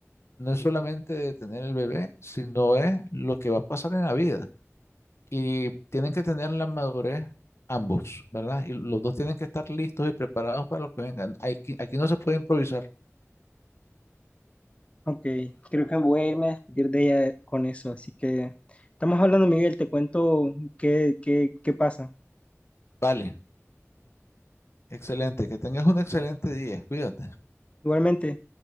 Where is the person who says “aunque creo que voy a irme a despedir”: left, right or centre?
Left